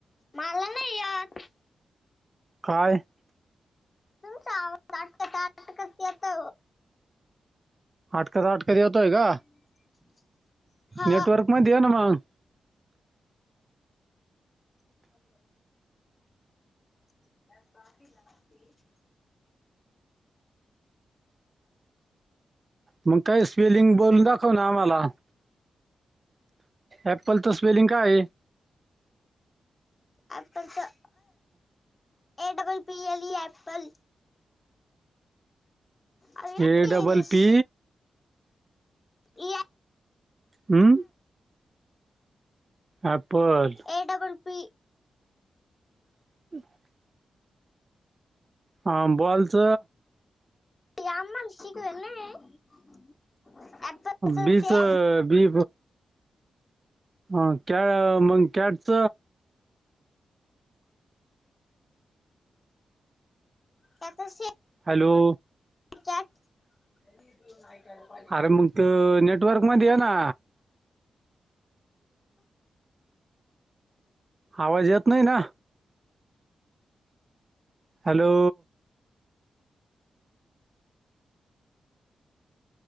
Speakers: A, on the left; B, on the right.
A: मला नाही येत.
B: काय?
A: तुमचा आवाज अटकत अटकत च येतो.
B: अटकत अटकत येतोय का?
A: <inaudible> हा
B: नेटवर्क मध्ये ये ना मग,
A: <inaudible> <unintelligible>
B: मग काही स्पेलिंग बोलून दाखव ना आम्हाला. अँपल च स्पेल्लिंग काय आहे?
A: ॲपल च A double P L E apple. अरे
B: A
A: English
B: double P
A: L
B: हम्म ऍपल
A: ए डबल पी
B: <inaudible> हा बॉलच.
A: हे आम्हला शिकवेल नाही हे. ऍपल
B: बी
A: ते
B: च बी हां कॅ मग कॅटच.
A: त्याच श
B: हॅलो.
A: कॅट <unintelligible>
B: अरे मग त नेटवर्क मध्ये य ना. आवाज येत नाही ना. हॅलो.